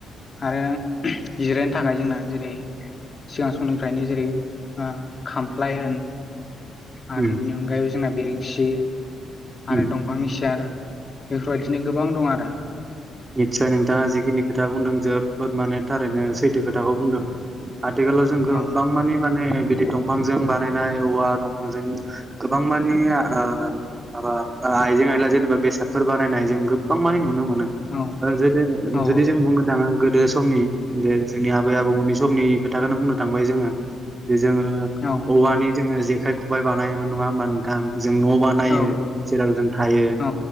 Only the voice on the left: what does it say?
आरो जिरायनो थाखाय जोंना जेरै-सिगां समनिफ्रायनो जेरै ओ खामफ्लाय होन आरो
बेनि अनगायैबो जोंना बेरेंसि
आरो दंफांनि सियार बेफोरबायदिनो गोबां दं आरो
औ
औ
औ
औ
औ
औ